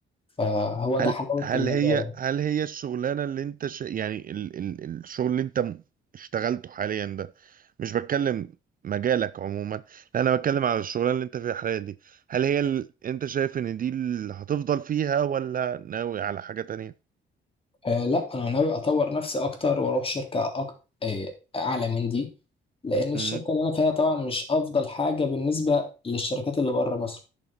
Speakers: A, on the left; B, on the right.
A: فهو ده
B: هل
A: حلاوة
B: هل
A: المجال
B: هي
A: يعني.
B: هل هي الشغلانه اللي انت ش... يعني ال... ال... الشغل اللي انت م- اشتغلته حاليا ده مش بتكلم مجالك عموما لا انا بتكلم على الشغلانه اللي انت فيها حاليا دي هل هي ال... انت شايف ان دي اللي هتفضل فيها ولا ناوي على حاجه تانية
A: آه لا انا ناوي اطور نفسي اكتر واروح شركه أك... آه اعلى من دي لان الشركه
B: امم
A: اللي انا فيها طبعا مش افضل حاجه بالنسبه للشركات اللي بره مصر